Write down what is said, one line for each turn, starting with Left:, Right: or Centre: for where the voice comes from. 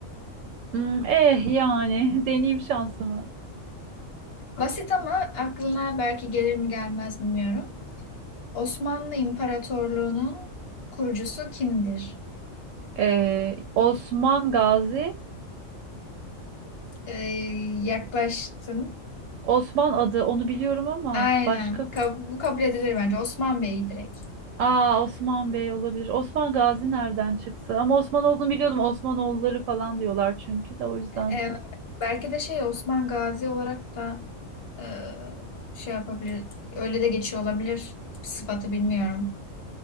Right: Hmm, eh yani <laughs> deneyim şansımı.
Left: Basit ama aklına belki gelir mi gelmez bilmiyorum. Osmanlı İmparatorluğu'nun kurucusu kimdir?
Right: E, Osman Gazi,
Left: Ee, yaklaştın.
Right: Osman adı onu biliyorum ama
Left: Aynen.
Right: başka...
Left: Ka- bu kabul edilir bence. Osman Bey'i direkt.
Right: Aa Osman Bey olabilir. Osman Gazi nereden çıksa? Ama Osman olduğunu biliyordum. Osmanoğulları falan diyorlar çünkü de o yüzden.
Left: Evet, belki de şey Osman Gazi olarak da e, şey yapabilir. Öyle de geçiyor olabilir. Sıfatı bilmiyorum.